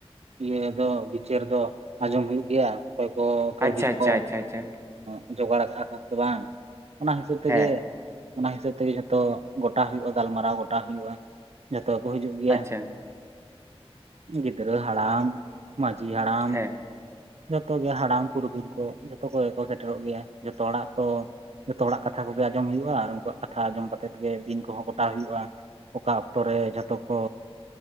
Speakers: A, on the right; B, on the right.
A: ᱤᱭᱟᱹ ᱫᱚ ᱵᱤᱪᱟᱹᱨ ᱫᱚ ᱟᱸᱡᱚᱢ ᱦᱩᱭᱩᱜ ᱜᱮᱭᱟ᱾ ᱚᱠᱚᱭ ᱠᱟᱹᱣᱰᱤ
B: ᱟᱪᱪᱷᱟ ᱟᱪᱪᱷᱟ
A: ᱠᱚ
B: ᱟᱪᱪᱷᱟ ᱟᱪᱪᱷᱟ
A: ᱚ ᱡᱚᱜᱟᱲ ᱟᱠᱟᱜ ᱠᱚ ᱥᱮ ᱵᱟᱝ ᱚᱱᱟ ᱦᱤᱥᱟᱹᱵ ᱛᱮᱜᱮ
B: ᱦᱮᱸ
A: ᱚᱱᱟ ᱦᱤᱥᱟᱹᱵᱽ ᱛᱮᱜᱮ ᱡᱷᱚᱛᱚ ᱜᱚᱴᱟ ᱦᱩᱭᱩᱜᱼᱟ᱾ ᱜᱟᱞᱢᱟᱨᱟᱣ ᱜᱚᱴᱟ ᱦᱩᱭᱩᱜᱼᱟ, ᱡᱷᱚᱛᱚ ᱠᱚ ᱦᱤᱡᱩᱜ ᱜᱮᱭᱟ᱾
B: ᱟᱪᱪᱷᱟ
A: ᱜᱤᱫᱽᱨᱟᱹ ᱦᱟᱲᱟᱢ ᱢᱟᱺᱡᱷᱤ ᱦᱟᱲᱟᱢ
B: ᱦᱮᱸ
A: ᱡᱚᱛᱚ ᱜᱮ ᱦᱟᱲᱟᱢ ᱯᱩᱨᱩᱫᱷᱩᱞ ᱠᱚ ᱡᱚᱛᱚ ᱠᱚᱜᱮ ᱠᱚ ᱥᱮᱴᱮᱨᱚᱜ ᱜᱮᱭᱟ᱾ ᱡᱚᱛᱚ ᱦᱚᱲᱟᱜ ᱛᱚ ᱡᱷᱚᱛᱚ ᱦᱚᱲᱟᱜ ᱠᱟᱛᱷᱟ ᱠᱚᱜᱮ ᱟᱸᱡᱚᱢ ᱦᱩᱭᱩᱜᱼᱟ ᱟᱨ ᱩᱱᱠᱩᱣᱟᱜ ᱠᱟᱛᱷᱟ ᱟᱸᱡᱚᱢ ᱠᱟᱛᱮᱜ ᱜᱮ ᱫᱤᱱ ᱠᱚᱦᱚᱸ ᱜᱚᱴᱟᱣ ᱦᱩᱭᱩᱜᱼᱟ᱾ ᱚᱠᱟ ᱚᱠᱛᱚ ᱨᱮ ᱡᱷᱚᱛᱚ ᱠᱚ